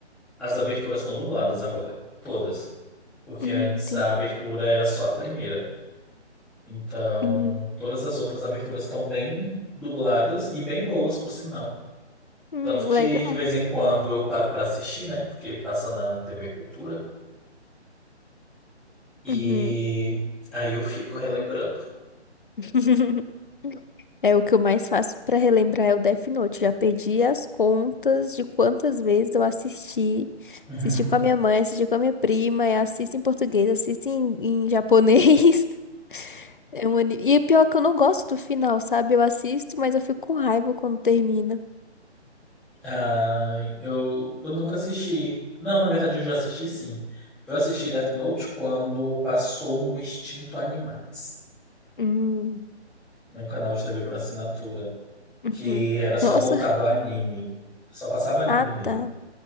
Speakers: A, in the centre; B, on the left.
A: as aberturas estão dubladas agora, todas. Porque
B: hum,
A: antes
B: tem-
A: a abertura era só a primeira. Então,
B: uhum,
A: todas as outras aberturas estão bem dubladas e bem boas, por sinal.
B: hum,
A: Tanto que
B: legal.
A: de vez em quando eu paro para assistir, né? Porque passa na TV Cultura. E
B: Uhum.
A: aí eu fico relembrando.
B: <laughs> É o que eu mais faço pra relembrar é o Death Note. Já perdi as contas de quantas vezes eu assisti.
A: <laughs>
B: Assisti com a minha mãe, assisti com a minha prima, e assisto em português, assisto em, em japonês. É um anime. E é pior que eu não gosto do final, sabe? Eu assisto, mas eu fico com raiva quando termina.
A: Ah, eu, eu nunca assisti. Não, na verdade eu já assisti sim. Eu assisti Death Note quando passou no Extinto Animax,
B: Hum,
A: num canal de TV por assinatura,
B: uhum,
A: que era só
B: Nossa.
A: voltado a anime. Só passava anime
B: Ah,
A: nele.
B: tá.